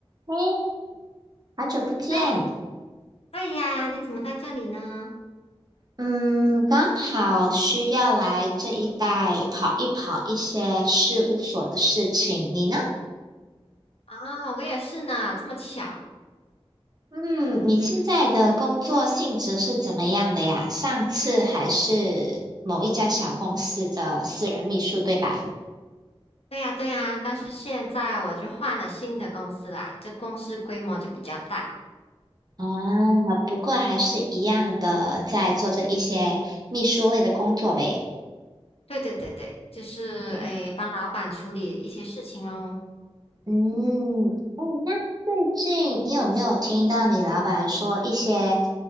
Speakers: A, on the right; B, on the left.
A: 嘿，好久不见。
B: 喂，对呀，你怎么在这里呢？
A: 嗯，刚好需要来这一带跑一跑一些事务所的事情。你呢？
B: 啊，我也是呢，这么巧。
A: 嗯，你现在的工作性质是怎么样的呀？上次还是某一家小公司的私人秘书，对吧？
B: 对呀，对呀，但是现在我就换了新的公司啦，这公司规模就比较大。
A: 啊，不过还是一样的，在做着一些秘书类的工作呗。
B: 对对对对，就是诶，
A: 嗯
B: 帮老板处理一些事情喽。
A: 嗯，哦，那最近你有没有听到你老板说一些